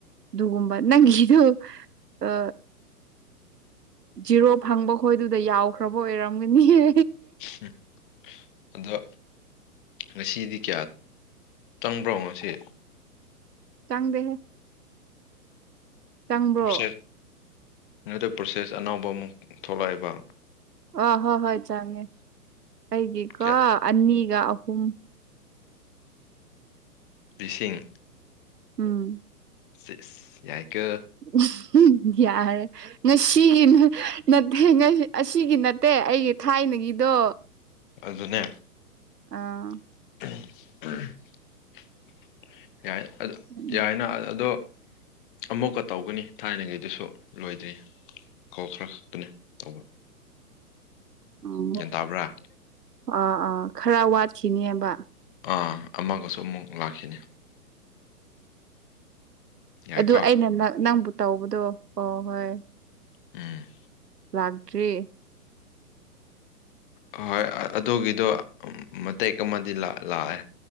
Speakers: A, on the right (about 85°); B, on the left (about 35°).
A: ꯗꯨꯒꯨꯝꯕ ꯅꯪꯒꯤꯗꯨ ꯑ ꯖꯤꯔꯣ ꯐꯪꯕ ꯈꯣꯏꯗꯨꯗ ꯌꯥꯎꯈ꯭ꯔꯕ ꯑꯣꯏꯔꯝꯒꯅꯤꯌꯦ
B: ꯍꯝ ꯑꯗꯣ ꯉꯁꯤꯗꯤ ꯀꯌꯥ ꯆꯪꯕ꯭ꯔꯣ ꯉꯁꯤ
A: ꯆꯥꯡꯗꯦꯍꯦ ꯆꯪꯕ꯭ꯔꯣ
B: ꯄ꯭ꯔꯣꯁꯦꯠ ꯑꯗꯨ ꯄ꯭ꯔꯣꯁꯦꯁ ꯑꯅꯧꯕ ꯑꯃꯨꯛ ꯊꯣꯛꯂꯑꯦꯕ
A: ꯑ ꯍꯣꯏ ꯍꯣꯏ ꯆꯪꯉꯦ ꯑꯩꯒꯤꯀꯣ
B: ꯀꯌꯥ
A: ꯑꯅꯤꯒ ꯑꯍꯨꯝ
B: ꯂꯤꯁꯤꯡ
A: ꯎꯝ
B: ꯁꯤꯠꯁ ꯌꯥꯏ ꯀ
A: ꯑꯝꯍꯝ ꯌꯥꯔꯦ ꯉꯁꯤꯒꯤꯅ ꯅꯠꯊꯦ ꯉꯩ ꯑꯁꯤꯒꯤ ꯅꯠꯇꯦ ꯑꯩꯒꯤ ꯊꯥꯏꯅꯒꯤꯗꯣ
B: ꯑꯗꯨꯅꯦ
A: ꯑꯥ
B: <inaudible> ꯌꯥꯏ ꯑꯗꯣ
A: ꯎꯝ
B: ꯌꯥꯏꯅ ꯑ ꯑꯗꯣ ꯑꯃꯨꯛꯀ ꯇꯧꯒꯅꯤ ꯊꯥꯏꯅꯒꯤꯗꯨꯁꯨ ꯂꯣꯏꯗ꯭ꯔꯤ ꯀꯧꯇ꯭ꯔꯥ ꯁꯠꯄꯅꯦ ꯇꯧꯕ
A: ꯎꯝ
B: ꯒ꯭ꯌꯟ ꯇꯥꯕ꯭ꯔꯥ
A: ꯑꯥ ꯑꯥ ꯈꯔꯥ ꯋꯥꯠꯈꯤꯅꯦꯕ
B: ꯑꯥ ꯑꯃꯒꯁꯨ ꯑꯃꯨꯛ ꯂꯥꯛꯈꯤꯅꯤ ꯌꯥꯏꯀꯣ
A: ꯑꯗꯨ ꯑꯩꯅ ꯅ ꯅꯪꯕꯨ ꯇꯧꯕꯗꯣ ꯍꯣ ꯍꯣꯏ
B: ꯑꯝ
A: ꯂꯥꯛꯇ꯭ꯔꯤ
B: ꯑꯣꯍꯣꯏ ꯑ ꯑꯗꯣꯒꯤꯗꯣ ꯃꯇꯦꯛ ꯑꯃꯗꯤ ꯂꯥꯑꯦ